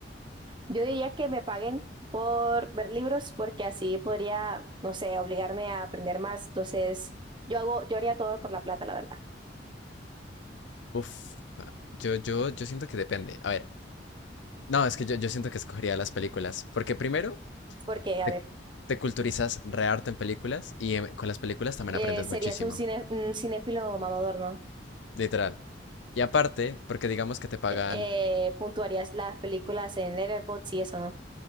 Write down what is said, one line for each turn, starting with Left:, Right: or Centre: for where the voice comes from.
Right: Yo diría que me paguen por ver libros porque así podría, no sé, obligarme a aprender más. Entonces, yo hago, yo haría todo por la plata, la verdad.
Left: Uf, pa- yo, yo, yo siento que depende. A ver, no, es que yo, yo siento que escogería las películas, porque primero
Right: Porque, a
Left: te,
Right: ver,
Left: te culturizas re harto en películas y em, con las películas también
Right: eh,
Left: aprendes
Right: serías
Left: muchísimo,
Right: un cine, un cinéfilo mamador, ¿no?
Left: literal. Y aparte, porque digamos que te pagan,
Right: Eh, puntuarías las películas en Letterboxd y eso, ¿no?